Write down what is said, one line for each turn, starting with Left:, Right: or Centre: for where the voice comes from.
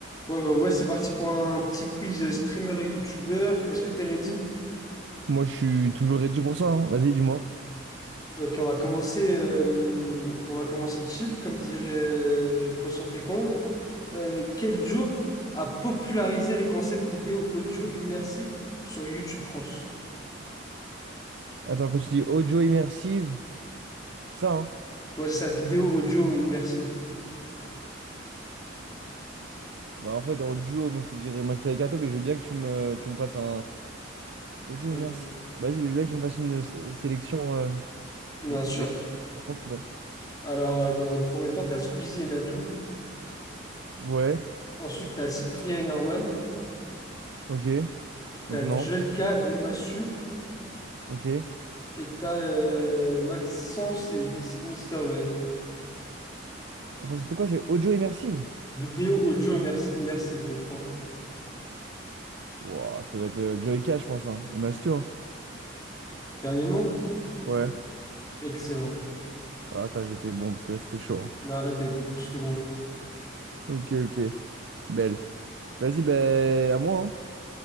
Left: Ouais, ouais, ouais, c'est parti pour un petit quiz euh, streamer et youtubeur. Est-ce que t'es ready?
Right: Moi, je suis toujours ready pour ça. hein. Vas-y, dis-moi.
Left: Ok, on va commencer, euh, on va commencer chill, comme dirait euh, Poisson Fécond. Euh, quel Joe a popularisé le concept vidéo audio immersive sur YouTube France?
Right: Attends, quand tu dis audio immersive, c'est ça, hein.
Left: Ouais, c'est ça, vidéo audio immersive.
Right: Bah, en fait, en duo, moi, je te dirais McFly et Carto, mais je veux bien que tu me, tu me fasses un audio
Left: Oui,
Right: immersive. Vas-y, mais je veux bien que tu me fasses une sé- sélection euh,
Left: bien
Right: des.
Left: sûr.
Right: réponses, Ouais.
Left: Alors, euh, dans un premier temps, t'as Squeezie et Natou.
Right: Ouais,
Left: Ensuite, t'as Cyprien et Norman.
Right: ok.
Left: T'as
Right: Donc, non.
Left: Joyka et Massu.
Right: Ok.
Left: Et t'as euh, Maxence et Mister V.
Right: Attends, c'était quoi? C'est audio immersive?
Left: Vidéo, audio, immers- immersive, les trois.
Right: Wouah, ça va être euh, Joy Cash, je pense. Hein. Et Mastu, hein.
Left: Dernier mot?
Right: Ouais.
Left: Excellent.
Right: Ah, attends, j'étais bon, parce que là, c'était chaud. hein.
Left: Non, là, t'as été plus que bon.
Right: Ok, ok. Belle. Vas-y, ben, à moi. hein.